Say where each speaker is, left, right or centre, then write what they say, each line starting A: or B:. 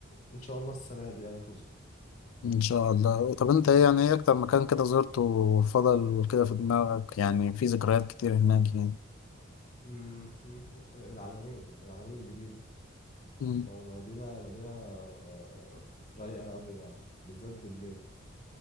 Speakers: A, on the left; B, on the left.
A: ان شاء الله السنه دي يعني تظبط
B: ان شاء الله طب انت ايه يعني ايه اكتر مكان كده زرته وفضل كده في دماغك يعني في ذكريات كتير هناك يعني
A: أمم، العلمين العلمين الجديده
B: مم،
A: ما- مدينه مدينه آه، رايقه قوي يعني بالذات بالليل